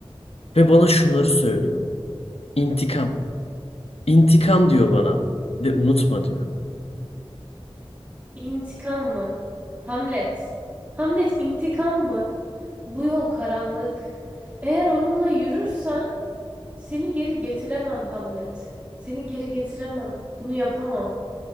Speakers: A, on the left; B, on the right.
A: Ve bana şunları söylüyor. İntikam. İntikam diyor bana. Ve unutma diyor.
B: İntikam mı? Hamlet. Hamlet intikam mı? Bu yol karanlık. Eğer onunla yürürsen seni geri getiremem Hamlet. Seni geri getiremem. Bunu yapamam.